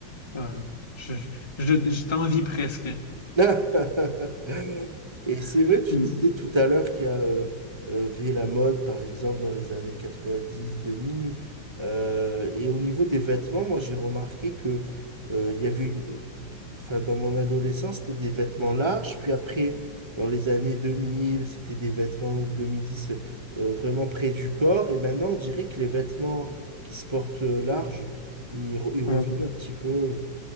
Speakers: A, on the left; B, on the right.
A: Euh, je je, je t'envie presque.
B: <laughs> Et c'est
A: <laughs>
B: vrai, tu disais tout à l'heure qu'il y a euh, euh, V la mode, par exemple, dans les années 90, 2000. Euh, et au niveau des vêtements, moi, j'ai remarqué que euh, il y avait une, Enfin, dans mon adolescence, c'était des vêtements larges. Puis après, dans les années 2000, c'était des vêtements, ou 2010, euh, vraiment près du corps. Et maintenant, on dirait que les vêtements qui se portent euh, larges, ils, re- ils reviennent
A: Mm.
B: un petit peu.